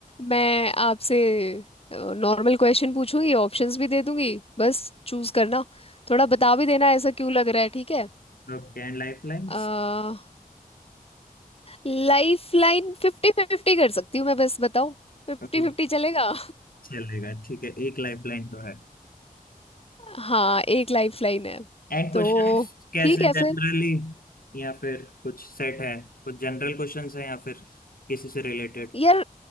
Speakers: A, on the left; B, on the left.
A: मैं आपसे नॉर्मल क्वेश्चन पूछूंगी ऑप्शंस भी दे दूंगी बस चूज करना थोड़ा बता भी देना ऐसा क्यों लग रहा है ठीक है
B: ओके एंड लाइफ लाइन्स
A: आ, लाइफ लाइन फिफ्टी फिफ्टी कर सकती हूँ मैं बस बताओ फिफ्टी
B: <laughs>
A: फिफ्टी चलेगा
B: चलेगा ठीक है एक लाइफ लाइन तो है
A: <laughs> हाँ एक लाइफ लाइन है
B: एंड क्वेश्चंस
A: तो
B: कैसे
A: ठीक है
B: जनरली
A: फिर
B: या फिर कुछ सेट है कुछ जनरल क्वेश्चंस हैं या फिर किसी से रिलेटेड
A: यार